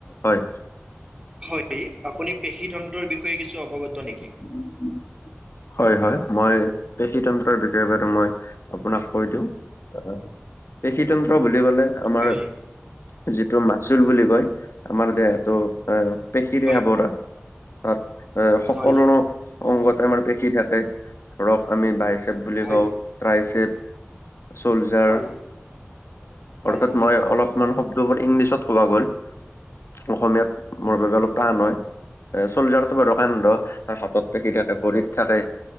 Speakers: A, on the left (about 65°); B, on the right (about 20°).
A: হয়
B: হয়, আপুনি পেশী তন্ত্ৰৰ বিষয়ে কিছু অৱগত নেকি?
A: <unintelligible> হয় হয়, মই পেশী তন্ত্ৰৰ বিষয়ে বাৰু ম‌ই আপোনাক কৈ দিওঁ অ', পেশী তন্ত্ৰ বুলি কলে আমাৰ
B: হয়
A: যিটো মাচুল বুলি কয়, আমাৰ দেহটো এ পেশীৰে
B: হয়
A: আৱৰা, তাত এ সকলো
B: হয়
A: অংগতে মানে পে খী থাকে ধৰক আমি বাইচেপ বুলি
B: হয়
A: কওঁ, ট্ৰাইচেপ চলজাৰ
B: হয় হয় হয়
A: অৰ্থাৎ মই অলপমান শব্দবোৰ ইংলিছত কবা গ'ল। অসমীয়াত। মোৰ বাবে অলপ টান হয়, এ চলযাৰতো বাৰু কান্ধ, হাতত পেশী থাকে ভৰিত থাকে,